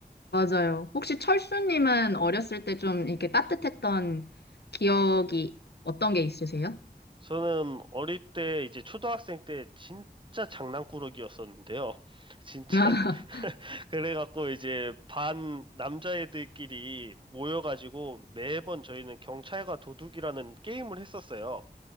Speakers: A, on the left (about 80°); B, on the right (about 30°).
A: 맞아요. 혹시 철수님은 어렸을 때 좀 이렇게 따뜻했던 기억이 어떤 게 있으세요?
B: 저는 어릴 때 이제 초등학생 때 진짜 장난꾸러기였었는데요. <laughs> 진짜
A: <laughs>
B: 그- <laughs> 그래갖고 이제 반 남자애들끼리 모여가지고 매번 저희는 경찰과 도둑이라는 게임을 했었어요.